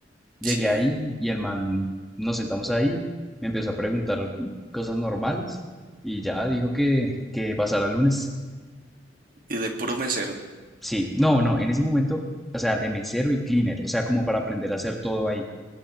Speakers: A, in the centre; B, on the right.
A: llegué
B: Sí,
A: ahí y el man, nos sentamos ahí, me empezó a preguntar cosas normales y ya dijo que, que pasara el lunes.
B: y de puro mesero.
A: Sí, no, no, en ese momento, o sea, de mesero y cleaner, o sea, como para aprender a hacer todo ahí.